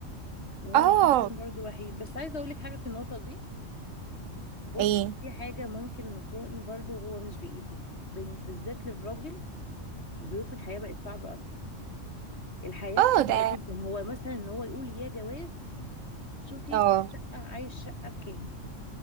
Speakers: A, on the left; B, on the right.
A: وهو
B: اه
A: مثلا برضه وحيد بس عايزه اقول لك حاجه في النقطه دي بص
B: ايه
A: في حاجه ممكن نكون برضه هو مش بايده بال- بالذات للراجل ظروف الحياه بقت صعبه قوي. الحياة بسيطة
B: اه ده
A: جدا هو مثلا ان هو يقول يا جواز شوفي
B: اه
A: الشقة عايز شقة بكام